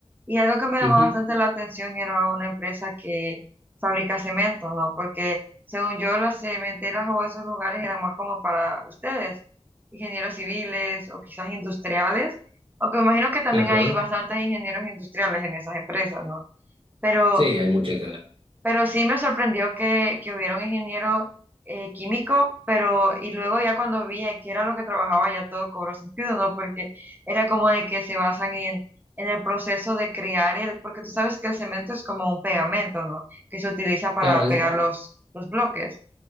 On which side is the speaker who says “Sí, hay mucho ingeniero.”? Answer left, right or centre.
Right